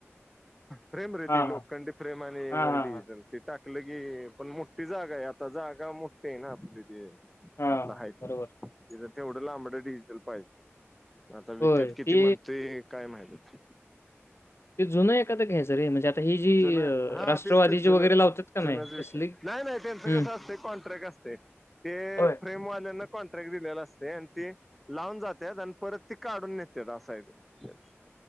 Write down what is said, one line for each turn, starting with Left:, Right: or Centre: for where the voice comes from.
Centre: फ्रेम रेती
Left: हां,
Centre: लोकखंडी
Left: हां.
Centre: फ्रेम आणि
Left: हां,
Centre: व
Left: हां,
Centre: डिजिटल
Left: हां.
Centre: त टाक कल की पण मोठ्ठी जागा आहे आता जागा मोठ्ठी आहे ना आपली ते
Left: हां,
Centre: आता आहे तिथे
Left: बरोबर.
Centre: तेवढं लांबड डिजिटल पाहिजे आता विकत
Left: होय,
Centre: किती
Left: ते
Centre: म्हणतोय काय माहित आता.
Left: ते जुन एखकादा घ्यायचं रे म्हणजे ही जी
Centre: जुन
Left: अ,
Centre: हा
Left: राष्ट्रवादीची
Centre: तेच तेच जुनच
Left: वगैरे लावतात का
Centre: जुनंच
Left: नाही तसली?
Centre: नाही नाही त्यांचं
Left: हं.
Centre: कस असते कॉन्ट्रॅक्ट असते ते
Left: होय.
Centre: फ्रेमवाल्या कॉन्ट्रॅक्ट दिलेला असते आणि ते लावून जातात आणि परत ते काढून नेत्यात असय त्याचं.